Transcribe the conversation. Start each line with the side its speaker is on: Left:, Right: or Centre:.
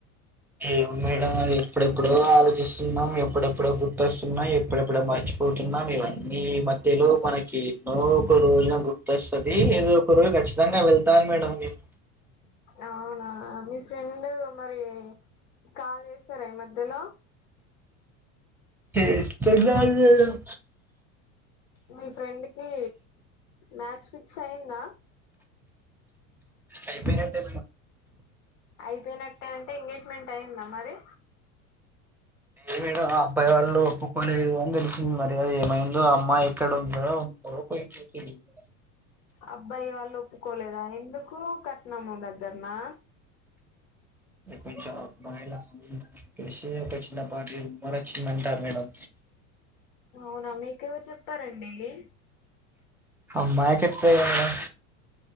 Centre: ఏమి మేడం అది ఎప్పుడెప్పుడో ఆలోచిస్తున్నాం ఎప్పుడెప్పుడో గుర్తొస్తున్నాయి ఎప్పుడెప్పుడో మర్చిపోతున్నాం ఇవన్నీ మధ్యలో మనకి ఎన్నో ఒక రోజున గుర్తొస్తుంది ఏదో ఒక రోజు కచ్చితంగా వెళ్తాను మేడం మేము
Left: అవునా మీ ఫ్రెండ్ మరి కాల్ చేస్తారా ఈ మధ్యలో
Centre: చేస్తారు మేడమ్
Left: మీ ఫ్రెండ్ కి మ్యాచ్ ఫిక్స్ అయిందా
Centre: అయిపోయినట్టే
Left: అయిపోయినట్టే అంటే ఎంగేజ్మెంట్ అయిందా మరి
Centre: ఏ మేడ ఆ అబ్బాయి వాళ్ళు ఒప్పుకోలేదు అని తెలిసింది మరి అది ఏమైందో ఆ అమ్మాయి ఎక్కడందో ఉందో పోయిందో తెలీదు
Left: అబ్బాయి వాళ్ళు ఒప్పు కోలేదా ఎందుకు క ట్నం దగ్గరనా
Centre: కొంచెం అబ్బాయిలాకి ఒక చిన్న పాటి ఉమ్మర్ వచ్చిందంటా మేడం
Left: అవునా మీకెవరు చెప్పారండి
Centre: అమ్మాయి చెప్తాడి కానీ మేడం